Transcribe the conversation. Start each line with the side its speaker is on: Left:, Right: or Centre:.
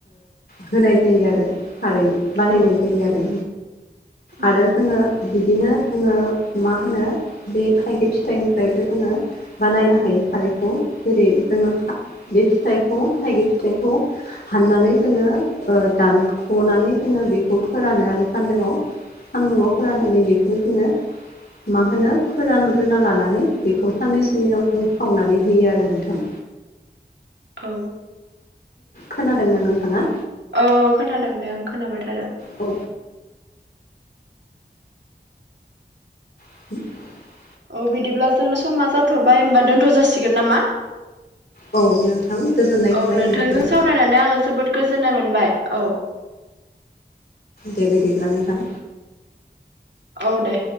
Left: होनाय जायो आरो खारै बानायनाय
Right: औ
Left: जायो आरो
Right: औ
Left: आरो जोङो बिदिनो जोङो मा होनो बे थाइगिर फिथाइनिफ्रायबो जोङो बानायनायनो हायो खारैखौ जेरै जोङो बे फिथाइखौ थाइगिर फिथाइखौ हाननानै जोङो दानख'नानै जोङो बेखौ फोरानो आरो सान्दाव साम न'आव फोराननानै बेखौबो जोङो मा होनो फोरानग्रोना लानानै बेखौ साननैसोनियाव जों सावनानै होयो आरो नोंथां
Right: औ
Left: खोनादों ना नोंथाङा
Right: औ औ खोनादों दे आं खोनाबाय थादों।
Left: औ <unintelligible>
Right: औ बिदिब्ला जोंनो समा जाथ'बाय होनबा दोन्थ' जासिगोन नामा।
Left: औ नोंथां गोजोननाय
Right: औ
Left: थाबाय
Right: नोंथांजों
Left: नोंथां। <inaudible>
Right: सावरायनानै आङो जोबोद गोजोननाय मोनबाय। औ
Left: दे बिदिब्ला नोंथां।
Right: औ दे।